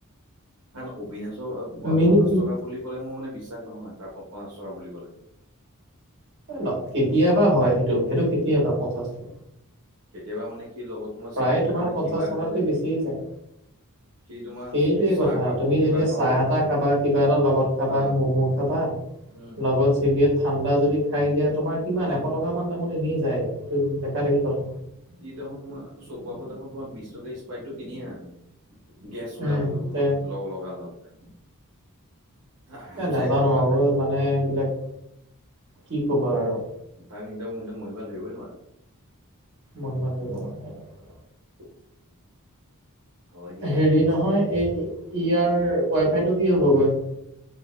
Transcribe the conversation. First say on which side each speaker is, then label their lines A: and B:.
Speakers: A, on the right (about 75°); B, on the right (about 55°).
A: কাৰন অবিনাশৰ
B: মিনি
A: পঞ্চাশ
B: উম,
A: টকা বুলি ক'লে মোৰ মানে বিশ্বাস নহয়, তাৰ পঞ্চাশ টকা বুলি ক'লে।
B: ন কেতিয়াবা হয় সেইটো, সেইটো কেতিয়াবা পঞ্চাশটো।
A: কেতিয়াবা মানে সি লগত, তোমাৰ
B: প্ৰায়
A: চিগাৰেট
B: তোমাৰ
A: খালে
B: পঞ্চাশ
A: কিবা
B: টকাতকে
A: খালে।
B: বেছিয়ে যায়।
A: সি তোমাৰ
B: সেইটোৱে
A: চাহ
B: কথা,
A: খাব
B: তুমি
A: কিবা
B: যেতিয়া
A: খাব
B: চাহ এটা খাবা, কিবা এটা লগত খাবা,
A: অ
B: ম'ম' খাবা।
A: উম
B: লগত ছিগেট, ঠাণ্ডা যদি খাই দিয়া তোমাৰ, কিমান
A: অ
B: এশ টকা মান দেখোন এনেই যায়। এইটো দেখা দেখি কথা।
A: ইদেখোন তোমাৰ চকুৰ আগত দেখোন তোমাৰ বিশ টকা স্পাইটতো কিনিয়ে আনে। গেছ ওলাবলৈ
B: উম
A: বুলি।
B: তে
A: লগ লগা লগ। আৰামছে
B: এ নাজানো
A: এশ টকা
B: আৰু
A: যায়
B: মানে এইবিলাক কি কবা আৰু।
A: তাক এনিদম মহিমা ধৰিই নোৱাৰা <unintelligible>
B: মহিমা হৈ গমাৰ <unintelligible>
A: <unintelligible> হয় দিয়া
B: হেৰি নহয় এই ইয়াৰ ৱাই ফাই টো কি হ'ব গৈ